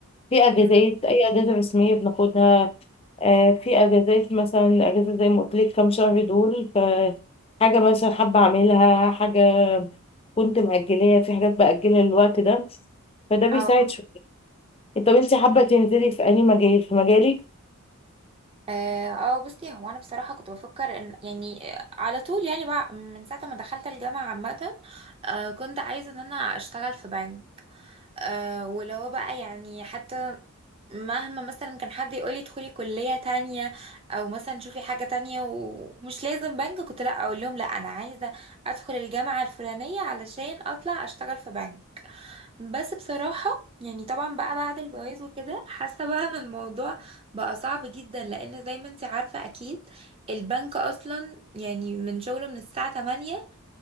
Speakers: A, on the left (about 25°); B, on the right (about 25°).
A: في اجازات
B: أم،
A: اي اجازه رسميه بناخدها آه في اجازات مثلا اجازه زي ما قلت لك كام شهر دول ف حاجه مثلا حابه اعملها حاجه كنت مأجلاها في حاجات بأجلها للوقت ده فده بيساعد
B: اه
A: شويه طب انت حابه تنزلي في اي مجال في مجالك
B: اه آه، بصي هو انا بصراحه كنت بفكر ان يعني آه، على طول يعني بقى من ساعه ما دخلت الجامعه عامه آه كنت عايزه ان انا اشتغل في بنك آه ولو بقى يعني حتى مهما مثلا كان حد يقولي ادخلي كلية تانية او مثلا شوفي حاجة تانية ومش لازم بنك كنت لا اقول لهم لا انا عايزة ادخل الجامعة الفلانية علشان اطلع اشتغل في بنك بس بصراحة يعني طبعا بقى بعد الجواز وكده حاسة بقى ان الموضوع بقى صعب جدا لان زي ما انت عارفة اكيد البنك اصلا يعني من شغله من الساعة 8